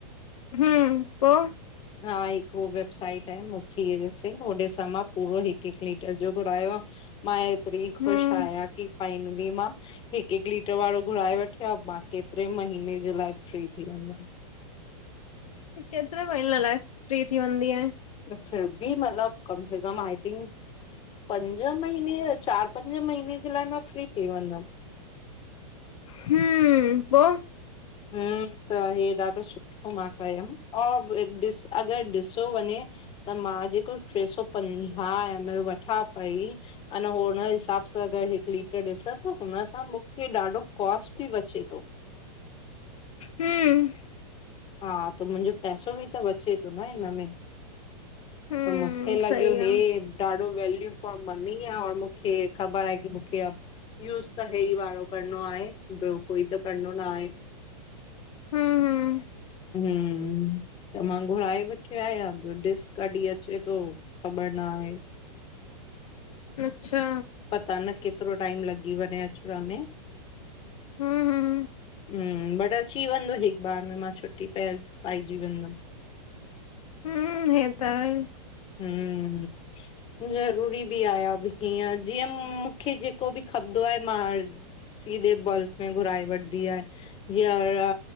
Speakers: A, on the left; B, on the left.
A: हम्म, पो
B: हा हिकु वेबसाइट आ मूंखेसींग होओॾे सां मां पूरो हिकु -हिकु लीटर जो घुरायो आ। मां एतरी
A: हम्म
B: खुशि आहियां की फाइनली मां हिकु हिकु लीटर वारो घुराए वठियां मां केतिरे महीने जे लाइ फ्री थी वेदमि।
A: केतिरे महिने लाइ फ्री थी वेंदीयं?
B: फिर भी मतिलब कम से कम आई थिंक पंज महीने या चार पंज महीने जे लाइ मां फ्री थी वेंदमि।
A: हम्म, पो
B: हम्म, त हे ॾाढो सुठ मां कयमि, और ॾिस अगरि ॾिसो वञे त मां जेको टे सौ पंजाह एम एल वठां पई अन हुन हिसाब सां अगरि हिकु लीटर ॾिसां थो, हुन सां मूंखे ॾाढो कॉस्ट बि बचे थो।
A: हम्म
B: हा, त मुंहिंजो पैसो बि त बचे थो न हिन में
A: हम्म
B: त मूंखे लॻियो
A: सही आ।
B: हे ॾाढो वैल्यू फॉर मनी आ, और मूंखे खबर आ की मूंखे यूज त हे ई वारो करणो आहे, ॿियो कोई त करणो न आहे
A: हम्म हम्म
B: हम्म त मां घुराए वठी आहियां, ॾिसु कॾहिं अचे थो खबर न आहे
A: अच्छा
B: पता न केतिरो टाइम लॻी वञे अचण में
A: हम्म, हम्म
B: हम्म, बट अची वेंदो हिकु बार में, मां छुटी पइ पाइजी वेंदम
A: हम्म, हे त आहे
B: हम्म जरूरी बि आहियां, हीअं जीअं मूंखे जेको बि खपंदो आहे मां सीधे बल्क में घुराए वठ। दी आहियां जीअं र